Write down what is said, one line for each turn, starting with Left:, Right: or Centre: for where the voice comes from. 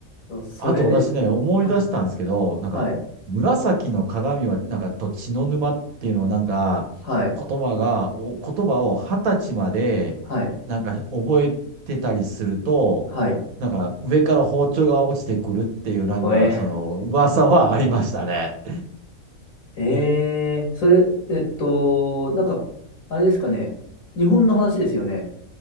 Left: そうそれで、
Right: あと私ね、思い出したんですけど、
Left: あ、
Right: なんか、
Left: はい、
Right: 紫の鏡は、なんか、と血の沼っていうのを、なんか、
Left: はい、
Right: 言葉が、お言葉を二十歳まで、
Left: はい、
Right: なんか、覚えてたりすると、
Left: はい、
Right: なんか、上から包丁が落ちてくるっていう、なんか、
Left: 怖え。
Right: その、噂はありましたね。
Left: ええ、それ、えっと、なんか、あれですかね。日本の話ですよね。